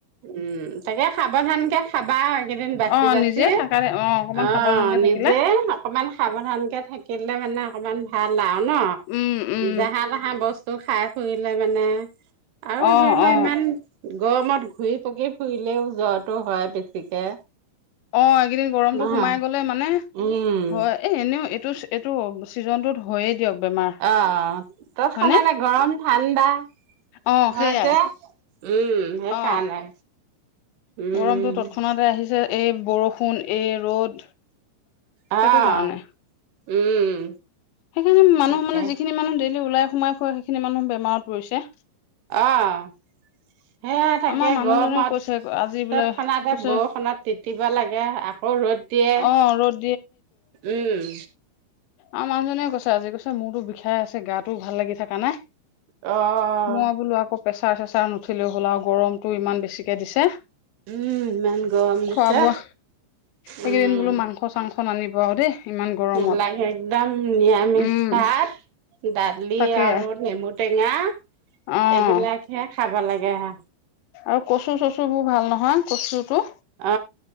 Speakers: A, on the right (about 70°); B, on the left (about 80°).
A: উম তাকে সাৱধানকে খাবা এইকেইদিন বাচি
B: অ
A: বাচি
B: নিজে থাকা অ অকমান
A: অ'
B: সাৱধানকে
A: নিজে।
B: থাকিলে
A: অকমান সাৱধানকে থাকিলে মানে অকমান ভাল আৰু ন
B: উম উম
A: জাহা তাহা বস্তু খাই ফুৰিলে মানে আৰু
B: অ
A: ধৰি লোৱা
B: অ
A: ইমান গৰমত ঘূৰি পকি। ফুৰিলেও জ্বৰটো হয় বেছিকে
B: অ, এইকেইদিন গৰমটো
A: নহয়
B: সোমাই গলে মানে
A: উম
B: হয় এ এনেও এইটো এইটো ছিজন টোত হয়য়ে দিয়ক বেমাৰ
A: অ তৎক্ষণাতে
B: হয়নে
A: গৰম ঠাণ্ডা হয়
B: অ সেইয়াই
A: যে উম সেইকাৰণে।
B: অ
A: উম
B: গৰমটো তৎক্ষণাতে আহিছে, এই বৰষুণ, এই ৰ'দ।
A: অ'হ
B: সেইটো কাৰণে
A: উম।
B: সেইখিনি মানুহ
A: তাকে
B: মানে, যিখিনি মানুহ ডেইলি উলাই সোমাই ফুৰে সেইখিনি মানুহ বেমাৰত পৰিছে।
A: অ'। সেয়াই থাকে
B: আমাৰ মানুহজনেও
A: গৰমত,
B: কৈছে আজি বোলে
A: তৎক্ষণাতে
B: কৈছে
A: বৰষুণত তিতিব লাগে। আকৌ ৰ'দ দিয়ে
B: অ ৰ'দ
A: উম।
B: আমাৰ মানুহজনেও কৈছে আজি কৈছে মোৰতো বিষাই আছে গাটোও ভাল লাগি থাকা নাই।
A: অহ।
B: মই বোলো আকৌ প্ৰেছাৰ চেচাৰ নুঠিলেই হ'ল আৰু গৰমতটো ইমান বেছিকে দিছে।
A: উম ইমান গৰম দিছে
B: খোৱা বোৱা, এইকেইদিন
A: উম
B: বোলো মাংস-চাংস স নানিব আৰু দেই ইমান গৰমত।
A: নালাগে একদম নিৰামিষ
B: উম
A: ভাত, দালি
B: তাকে
A: আৰু নেমু টেঙা
B: অ
A: এইবিলাকহে খাব লাগে হে।
B: আৰু কচু-চচু বোৰ ভাল নহয়, কচুটো।
A: অ